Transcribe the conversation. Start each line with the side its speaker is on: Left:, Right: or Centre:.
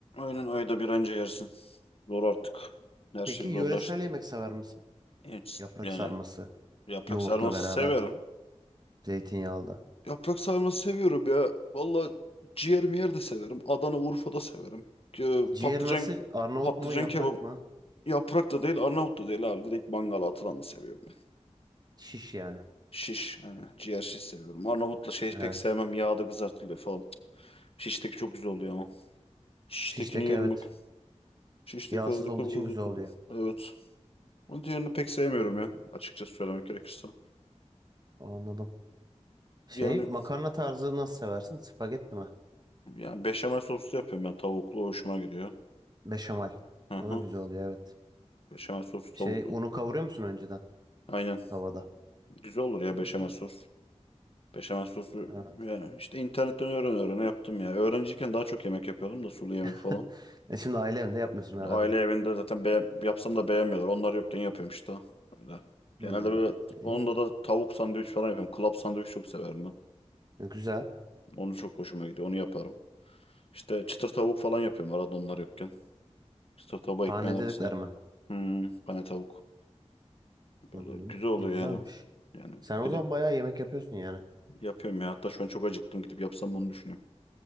Left: Aynen ayda bir anca yersin. Zor artık. Her
Right: Peki
Left: şey
Right: yöresel
Left: zorlaştı.
Right: yemek sever misin?
Left: Evet,
Right: Yaprak
Left: yani
Right: sarması,
Left: yaprak
Right: yoğurtla
Left: sarması
Right: beraber,
Left: severim.
Right: zeytinyağlı.
Left: Yaprak sarması seviyorum ya. Valla ciğer miyer de severim. Adana Urfa da severim. Ee,
Right: Ciğer
Left: patlıcan
Right: nasıl? Arnavut
Left: patlıcan
Right: mu, yaprak
Left: kebap
Right: mı?
Left: yaprak da değil Arnavut da değil abi. Direkt mangala atılanı seviyorum ben.
Right: Şiş yani.
Left: Şiş. Yani ciğer şiş seviyorum. Arnavutla şey
Right: Evet.
Left: pek sevmem. Yağda kızartılıyor falan. Şişteki çok güzel oluyor ama. Şiştekini
Right: Şişteki
Left: yerim
Right: evet.
Left: bak. Şişteki
Right: Yağsız
Left: harika
Right: olduğu için
Left: bir dizi
Right: güzel
Left: tutuldu.
Right: oluyor.
Left: Evet. Onun diğerini pek sevmiyorum
Right: Hmm,
Left: ya. Açıkçası söylemek gerekirse.
Right: anladım. Şey
Left: Yani
Right: makarna tarzı nasıl seversin? Spagetti mi?
Left: yani beşamel soslu yapıyorum ben. Tavuklu hoşuma gidiyor.
Right: Beşamel.
Left: Hı
Right: O
Left: hı.
Right: da güzel oluyor evet.
Left: Beşamel soslu
Right: Şey
Left: tavuklu.
Right: unu kavuruyor musun önceden
Left: Aynen.
Right: tavada?
Left: Güzel olur ya
Right: Hmm,
Left: beşamel sos. Beşamel sosu
Right: evet.
Left: ya işte internetten öğren öğrene yaptım ya. Öğrenciyken daha çok yemek yapıyordum da sulu yemek
Right: <laughs>
Left: falan.
Right: E şimdi aile evinde yapmıyorsun herhalde.
Left: Aile evinde zaten be yapsam da beğenmiyorlar. Onlar yokken yapıyorum işte. Öyle. Genelde
Right: Hmm,
Left: böyle onda
Right: iyi.
Left: da tavuk sandviç falan yapıyorum. Klap sandviç çok severim ben.
Right: E, güzel.
Left: Onu çok hoşuma gidiyor. Onu yaparım. İşte çıtır tavuk falan yapıyorum arada onlar yokken. Çıtır tavuğu
Right: Hane
Left: ekmeğin arasına.
Right: dediklerime.
Left: Hmm, pane tavuk.
Right: Hı
Left: Böyle
Right: hı.
Left: güzel oluyor
Right: Güzelmiş.
Left: yani. Yani
Right: Sen o
Left: bir
Right: zaman
Left: de
Right: bayağı yemek yapıyorsun yani.
Left: yapıyorum ya. Hatta şu an çok acıktım. Gidip yapsam bunu düşünüyorum.